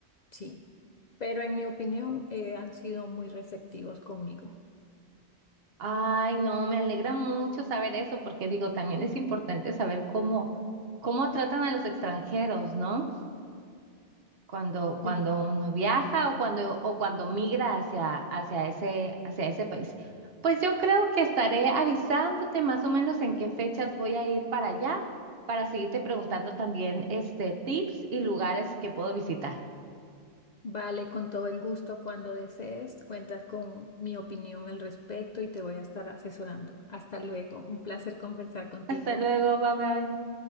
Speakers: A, on the left; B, on the right.
A: sí, pero en mi opinión eh, han sido muy receptivos conmigo.
B: Ay, no, me alegra mucho saber eso porque digo, también es importante saber cómo, cómo tratan a los extranjeros, ¿no? cuando,
A: Sí.
B: cuando uno viaja o cuando, o cuando migra hacia, hacia ese, hacia ese país. Pues yo creo que estaré avisándote más o menos en qué fechas voy a ir para allá, para seguirte preguntando también este, tips y lugares que puedo visitar.
A: Vale, con todo el gusto cuando desees, cuentas con mi opinión al respecto y te voy a estar asesorando. Hasta luego, un placer conversar contigo.
B: Hasta luego, bye bye.